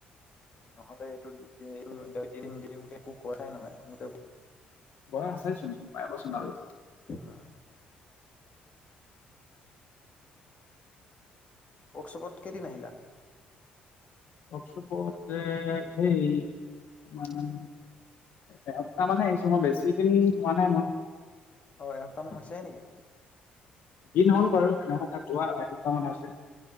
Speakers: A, on the left (about 40°); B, on the left (about 70°).
A: নহ'লে এইটো এইটো এৰিম দিৰিম কেে একো কাই নহয় মতে-
B: বৰ আছে চোন পাই যাচোন আৰু-
A: অ ৱৰ্কশ্বপত কেইদিন আহিলা?
B: ৱাৰ্কচপতে সেই মান এসপ্তাহ মানে আহিছো মই বেছি দিন হোৱা নাই মই।
A: অহ এসপ্তাহ মান হৈছে হে নেকি?
B: যি নহল বাৰু এসপ্তাহ তাত যোৱা এসপ্তাহ মান আছে।